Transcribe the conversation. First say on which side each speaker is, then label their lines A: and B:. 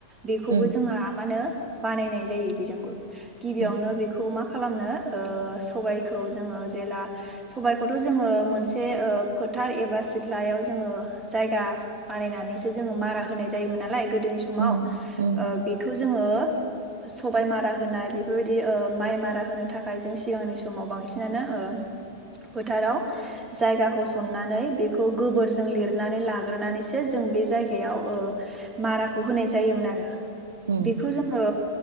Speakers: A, on the right; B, on the right.
A: बेखौबो
B: उम
A: जोंहा मा होनो बानायनाय जायो बेजोंबो गिबियावनो
B: उम
A: बेखौ मा खालामनो ओ सबायखौ जोंङो जेला सबायाइखौथ' जोंङो मोनसे ओ फोथार एबा सिथ्लायाव जोंङो जायगा बानायनानैसो जोंङो मारा होनाय जायोमोन नालाय। गोदोनि समाव
B: उम उम
A: बेखौ ओ जोंङो सबाय मारा होनाय बेफोरबायदि ओ माइ मारा होनो थाखाय जों सिगांनि समाव बांसिनानो ओ फोथाराव जायगाखौ सननानै बेखौ गोबोरजों लिरनानै लाग्रोनानैसो जों बे जायगायाव ओ माराखौ होनाय जायोमोन आरो।
B: उम
A: बेखौ जों ओ